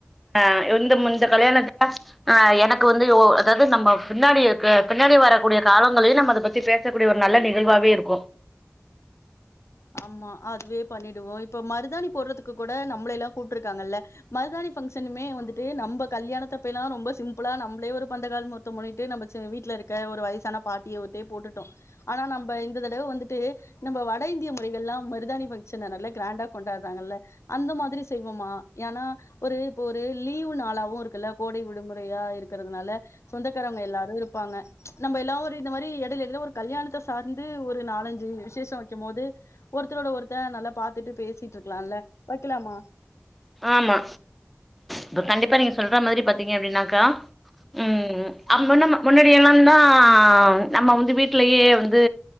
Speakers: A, in the centre; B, on the left (about 80°).
A: ஆஹ் இந்த இந்த கல்யாணத்தல ஆஹ் எனக்கு வந்து அதாவது நம்ம பின்னாடி இரு பின்னாடி வரக்கூடிய காலங்களையும் நம்ம அதை பத்தி பேசக்கூடிய ஒரு நல்ல நிகழ்வாவே இருக்கு
B: ஆமா அதுவே பண்ணிடுவோ இப்ப மருதானி போடுறதுக்கு கூட நம்மளல்லா கூப்ட்டுருக்காங்கல்ல மருதானி ஃபங்க்ஷனுமே வந்துட்டு நம்ப கல்யாணத்தைப்பயல எல்லா ரொம்ப சிம்பிளா நம்மளே பந்தகால் மொத்தம் முண்ணிட்டு நம்ம வீட்டுல இருக்க ஒரு வயசான பாட்டிய ஒரு போட்டுட்டோ ஆனா நம்ப இந்த தடவ வந் ட்டு நம்ம வட இந்திய மு எல்லாம் மருதாணி வச்சு நல்லா கிராண்டா கொண்டாடுறாங்க இல்ல அந்த மாதிரி செய்வோமா ஏனா ஒரு ஒரு லீவு நளாவு இருக்குள்ள கோடை விடுமுறையா இருக்கிறதுனால சொந்தக்காரவங்க எல்லாரு இரு ப்பாங்க ச் நம்ப எல்லா ஒரு இந்த மாரி இட எடையில ஒரு கல்யாணத்த சார்ந்து ஒரு நாலஞ்சு விசேஷம் வைக்கும் போது ஒருத்தரோட ஒருத்த நல்லா பாத்துட்டு பேசிட்டு இருக்கலாம்ல வைக்கலாமா
A: ஆமா இப்ப கண்டிப்பா நீங்க சொல்ற மாரி பாத்தீங்க அப்டின்னா லாம் ம் அங்க நம முன்னாடி எல்லாந்தா நம்ம வந்து வீட்லேயே வந்து